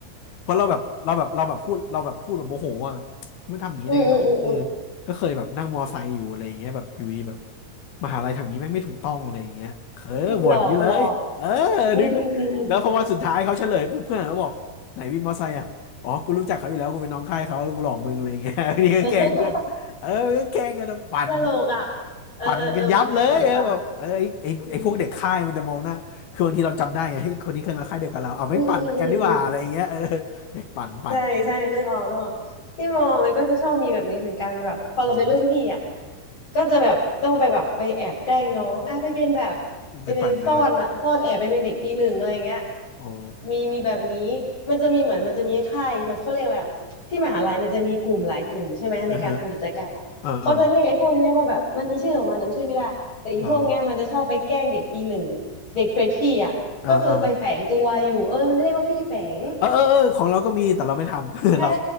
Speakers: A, on the left (about 70°); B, on the left (about 30°).
A: เพราะเราแบบเราแบบเราแบบพูดเราแบบพูดแบบโมโหอ่ะเขาไม่ทำอย่างนี้ได้ไงวะเออ
B: อืมอืมอืม <laughs> อืม
A: ก็เคยแบบนั่งมอไซค์อยู่อะไรอย่างเงี้ยแบบอยู่ดีแบบมหาลัยทำอย่างนี้แม่งไม่ถูกต้องอะไรอย่างเงี้ยเออบ่นอย่างนี้เลยเออ
B: หลอก หลอกอืมอืมอืมอืม
A: ดึงนะแล้วพอวันสุดท้ายเขาเฉลยปุ๊บเพื่อนเขาบอกไหนวินมอไซค์อ่ะอ๋อกูรู้จักเขาอยู่แล้วกูเป็นน้องค่ายเขากูหลอกมึงอะไรอย่างเงี้ย <laughs> นี่ก็แกล้งเพื่อนเออก็แกล้งกันนะปั่น
B: <laughs> ตลกอ่ะเออเออเออมันเป็นปันปัน
A: ปั่นกันยับเลยเออแบบเออไอ้ไอ้ไอ้พวกเด็กค่ายมันจะมองหน้าคือบางทีเราจำได้ไงเฮ้ยคนนี้เคยมาค่ายเดียวกับเราเอาไม่งปั่นเหมือนกันดีกว่าอะไรอย่างเงี้ยเออ
B: อืมอืมอืมอืม
A: เด็กปั่นปั่น
B: ใช่ใช่เลือกออกเลือกออกที่มอมันก็จะชอบมีแบบนี้เหมือนกันแบบพอเราเป็นรุ่นพี่อ่ะ
A: เออ
B: ก็จะแบบต้องไปแบบไปแอบแกล้งน้องอ่ะไปเป็นแบบไปเป็นซ่อนอ่ะซ่อนแอบไปเป็นเด็กปีหนึ่งอะไรเงี้ย
A: ไปปั่นไปปั่นโอ้
B: มีมีแบบนี้มันจะมีเหมือนมันจะมีค่ายมันเขาเรียกอะไรอะที่มหาลัยมันจะมีกลุ่มหลายกลุ่มใช่ไหมในการทำกิจกรรมอะเขาจะเรียกไอ้พวกเนี้ยว่าแบบมันมีชื่อของมันจำชื่อไม่ได้แต่อีพวกเนี้ยมันจะชอบไปแกล้งเด็กปีหนึ่ง
A: เออฮะเออเออเหรอ
B: เด็กเฟรชชี่อ่ะก็คือไปแฝงตัวอยู่เออมันเรียกว่าพี่แฝง
A: เออเออเออเออเออของเราก็มีแต่เราไม่ทำ <laughs>
B: ใช่
A: เรา